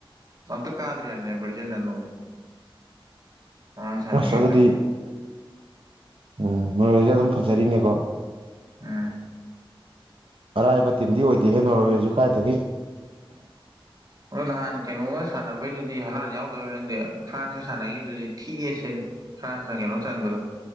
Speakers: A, on the right; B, on the right.
A: ꯅꯇ ꯀꯥꯗꯔꯤ ꯌꯥꯝꯅꯤꯕ ꯆꯟꯅ ꯅꯣꯦ ꯃꯉꯥꯡ ꯁꯥꯟꯅꯈꯤꯕꯗ
B: ꯑꯁ ꯑꯗꯨꯗꯤ ꯎꯝ ꯅꯣꯏꯔꯁꯦ ꯑꯗꯨꯝ ꯐꯖꯔꯤꯅꯦꯀꯣ
A: ꯑꯝ
B: ꯑꯔꯥꯏꯕ ꯇꯤꯝꯗꯤ ꯑꯣꯏꯗꯦ ꯍꯦ ꯅꯣꯔꯋꯦꯁꯨ ꯀꯥꯏꯗꯒꯤ
A: ꯑꯗꯣ ꯅꯍꯥꯟ ꯀꯩꯅꯣꯒ ꯁꯥꯟꯅꯕꯩꯗꯨꯗꯤ ꯍꯂꯥꯟ ꯌꯥꯎꯗꯕ ꯈꯪꯗꯦ ꯐ꯭ꯔꯥꯟꯁꯀ ꯁꯥꯟꯅꯈꯤꯕꯗꯨꯗꯤ ꯊꯤꯑꯁꯦꯅ ꯐ꯭ꯔꯥꯟꯁꯅ ꯀꯩꯅꯣ ꯆꯟꯕꯗ